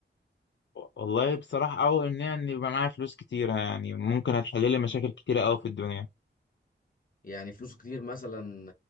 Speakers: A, on the left (about 70°); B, on the left (about 45°).
A: والله بصراحة أول إن يعني يبقى معايا فلوس كتير يعني ممكن هتحل لي مشاكل كتيرة أوي في الدنيا.
B: يعني فلوس كتير مثلا